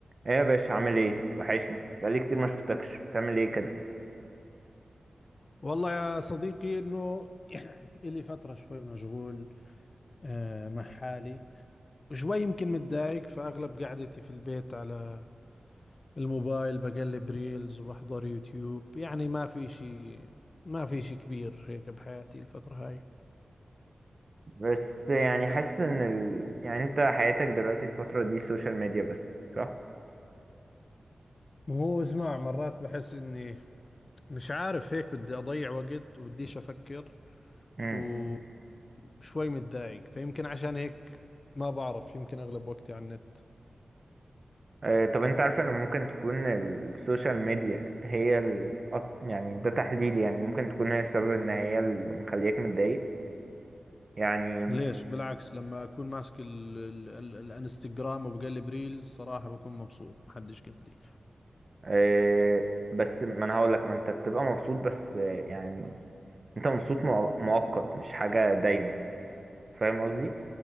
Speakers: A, on the right; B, on the left.
A: ايه يا باشا عامل ايه وحشني بقالي كتير ما شفتكش بتعمل ايه كده
B: والله يا صديقي انه <clears throat> الي فترة شوي مشغول آه، مع حالي وشوي يمكن متضايق فاغلب قعدتي في البيت على الموبايل بقلب ريلز وبحضر يوتيوب يعني ما في شيء ما في شيء كبير هيك بحياتي الفترة هاي
A: بس يعني حاسس ان ال... يعني انت حياتك دلوقتي الفترة دي سوشيال ميديا بس صح
B: ما هو اسمع مرات بحس اني مش عارف هيك بدي اضيع وقت وبديش افكر
A: امم
B: وشوي متضايق فيمكن عشان هيك ما بعرف يمكن اغلب وقتي على النت
A: آه طب انت عارف ان ممكن تكون السوشيال ميديا هي ال... أك- يعني ده تحليلي يعني ممكن تكون هي السبب ان هي اللي مخليك متضايق يعني
B: ليش بالعكس لما اكون ماسك ال ال ال الانستغرام وبقلب ريلز صراحة بكون مبسوط محدش قدي
A: آه بس ما انا هقولك ما انت بتبقى مبسوط بس آه، يعني انت مبسوط مؤ- مؤقت مش حاجة دايمة فاهم قصدي